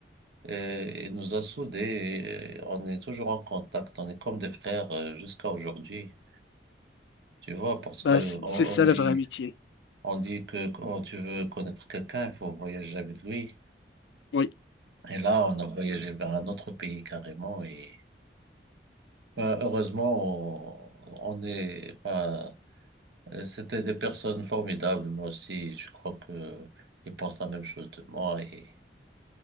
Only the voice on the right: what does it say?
et il nous a soudés, et on est toujours en contact, on est comme des frères euh, jusqu'à aujourd'hui. Tu vois, parce que
on,
on dit,
on dit que quand tu veux connaître quelqu'un, il faut voyager avec lui.
Et là, on a voyagé vers un autre pays carrément, et ben, heureusement, on, on est, enfin, euh, c'était des personnes formidables. Moi aussi, je crois que ils pensent la même chose de moi et